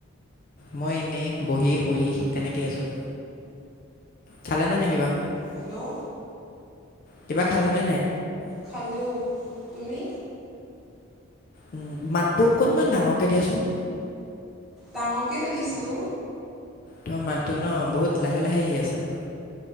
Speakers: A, on the left (about 45°); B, in the centre.
A: মই এনেই বহি শুই তেনেকেইে আছোঁ খলানে নাই কিবা?
B: হেল্ল'
A: কিবা খালা নে নাই?
B: খালোঁ তুমি?
A: উ মাতটো অকণমান ডাঙৰকে দিয়াচোন।
B: ডাঙৰকেতো দিছো।
A: তোমাৰ মাতটো ন বহুত লাহে লাহে আহি আছে